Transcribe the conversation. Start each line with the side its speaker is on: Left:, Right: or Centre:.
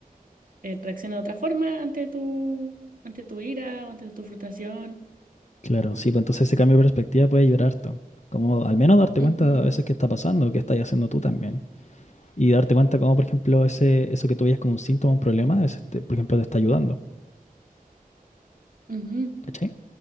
Right: eh, reacciona de otra forma ante tu, ante tu ira o ante tu frustración.
Left: Claro, sí, pues entonces ese cambio de perspectiva puede ayudar harto. Como al menos darte
Right: Ujú,
Left: cuenta a veces qué está pasando, qué estás haciendo tú también. y darte cuenta cómo, por ejemplo, ese, eso que tú veías como un síntoma, un problema, es este, por ejemplo, te está ayudando.
Right: ujú,
Left: ¿Cachai?